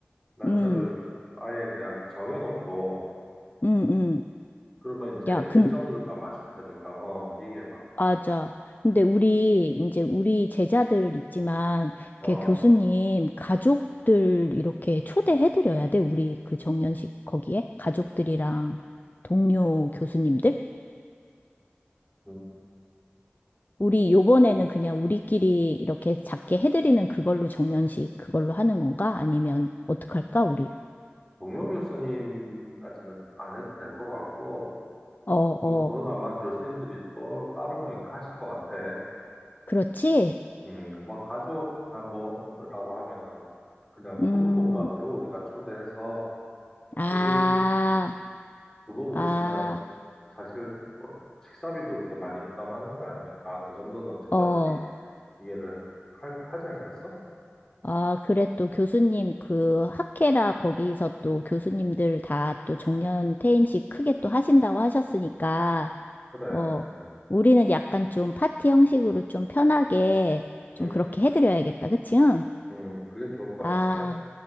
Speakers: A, on the left; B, on the left.
A: 날짜를
B: 음,
A: 아예 그냥 정해놓고,
B: 음, 음.
A: 그러면 이제
B: 야, 근,
A: 일정들을 다 맞출 테니까, 어, 얘기해봐.
B: 맞아. 근데 우리, 이제 우리 제자들 있지만, 이렇게
A: 어,
B: 교수님, 가족들 이렇게 초대해드려야 돼. 우리 그 정년식 거기에? 가족들이랑 동료 교수님들?
A: 음,
B: 우리 요번에는
A: 도-
B: 그냥 우리끼리 이렇게 작게 해드리는 그걸로 정년식 그걸로 하는 건가? 아니면 어떡할까, 우리?
A: 동료 교수님까지는 안 해도 될 것 같고,
B: 어,
A: 그,
B: 어,
A: 그건 아마 교수님들이 또 따로 뭐 이렇게 하실 것 같아.
B: 그렇지?
A: 음, 뭐 가족 한 번이라고 하면은 그냥
B: 음,
A: 부부 동반으로 우리가 초대해서
B: 아,
A: 두 분, 음, 두분 모시면
B: 아,
A: 사실 뭐 식사비도 이렇게 많이 부담하는 건 아니니까 그 정도는 제자들이
B: 어,
A: 이해를 할- 하지 않겠어?
B: 아, 그래 또 교수님 그 학회라 거기서 또 교수님들 다 또 정년 퇴임식 크게 또 하신다고 하셨으니까,
A: 그래.
B: 어,
A: 음,
B: 우리는 약간 좀 파티 형식으로 좀 편하게 좀
A: 음,
B: 그렇게 해드려야겠다, 그치? 응?
A: 음, 그게 좋을 것
B: 아,
A: 같은데.